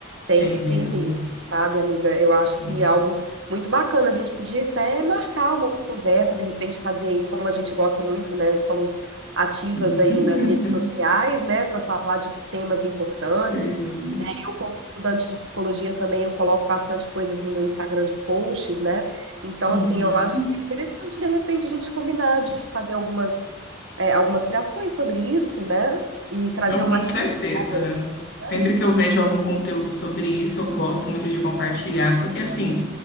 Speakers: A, on the right (about 65°); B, on the left (about 50°).
A: tem
B: Tem
A: que ter
B: mesmo.
A: mesmo, sabe, amiga? Eu acho
B: É.
A: que é algo muito bacana. A gente podia até marcar uma conversa, de repente fazer aí, como a gente gosta muito, né? Somos ativas
B: Uhum.
A: aí nas redes sociais,
B: <laughs>
A: né? Para falar de temas importantes.
B: Sim.
A: Eu, como estudante de psicologia também, eu coloco bastante coisas no meu Instagram de posts, né? Então,
B: Uhum.
A: assim, eu acho que é interessante, de repente, a gente combinar de fazer algumas, é, algumas criações sobre isso, né? E trazer
B: Não,
A: uma
B: com
A: discussão
B: certeza.
A: aí,
B: Sempre
A: né?
B: que eu vejo algum conteúdo sobre isso, eu gosto muito de compartilhar, porque assim.